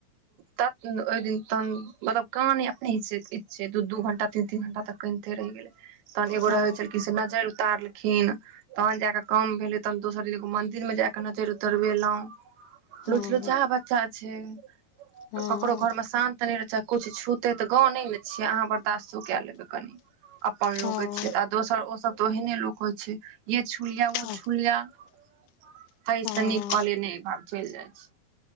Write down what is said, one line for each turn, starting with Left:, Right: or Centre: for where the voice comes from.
Right: तत ओइ दिन तहन मतलब कान अपने <unintelligible> दू दू घंटा तीन तीन घंटा तक कैनटे रहै गेलै तहन एगो
Left: हँ
Right: रहै छलखिन से नजरि उतारलखिन तहन जाय कऽ काम भेले तहन दोसर एगो मंदिर मे जय कऽ नजरि उतरबेलौं
Left: हँ
Right: लुचलुचा बच्चा छै
Left: हँ
Right: <inaudible> ककरो घर मे शान्त तनी अच्छा किछ छूते तऽ गाँव नै छियै अहाँ बर्दाश्तो कए लेबै कनि अपन लोगे
Left: हँ
Right: छै त आ दोसर ओसभ त ओहिने लोको छै ये छूलिया वो
Left: हँ
Right: छुलिया <inaudible> तय स
Left: हँ
Right: नीक कहले न भा चैल जाय छी